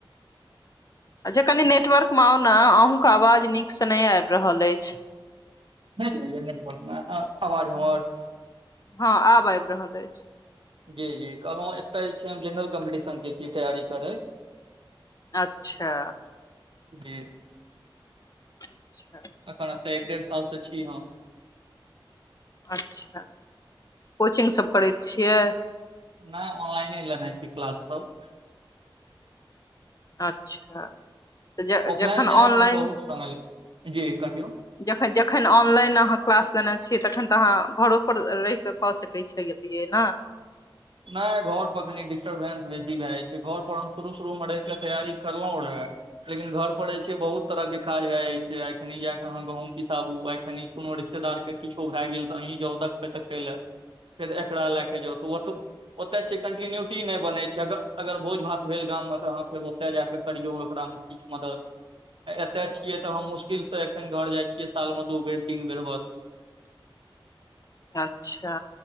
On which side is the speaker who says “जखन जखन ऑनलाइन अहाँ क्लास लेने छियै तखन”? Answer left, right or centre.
Left